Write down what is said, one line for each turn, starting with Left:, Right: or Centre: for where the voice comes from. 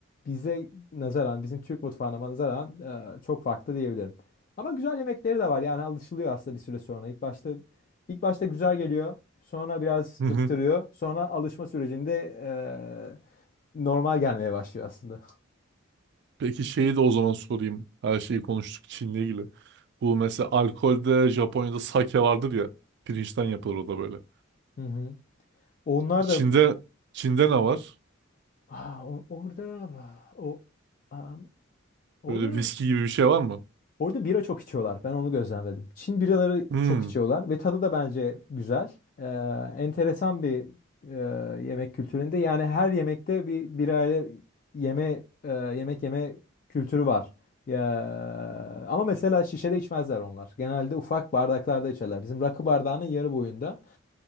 Left: bize nazaran bizim Türk mutfağına nazaran e, çok farklı diyebilirim. Ama güzel yemekleri de var yani alışılıyor aslında bir süre sonra. İlk başta ilk başta güzel geliyor. Sonra biraz
Right: hı
Left: bıktırıyor.
Right: hı.
Left: Sonra alışma sürecinde e, normal gelmeye başlıyor aslında.
Right: Peki şeyi de o zaman sorayım. Her şeyi konuştuk Çin'le ilgili. Bu mesela alkolde Japonya'da sake vardır ya. Pirinçten yapılır o da böyle.
Left: Hı hı. Onlar
Right: Çin'de
Left: da
Right: Çin'de ne var?
Left: Aa, o- orada o aa,
Right: Böyle
Left: orada
Right: viski gibi bir şey var mı?
Left: orada bira çok içiyorlar. Ben onu gözlemledim. Çin biraları
Right: Hmm.
Left: çok içiyorlar ve tadı da bence güzel. Ee, enteresan bir e, yemek kültüründe. Yani her yemekte bir birayla yeme e, yemek yeme kültürü var. Ya, ama mesela şişede içmezler onlar. Genelde ufak bardaklarda içerler. Bizim rakı bardağının yarı boyunda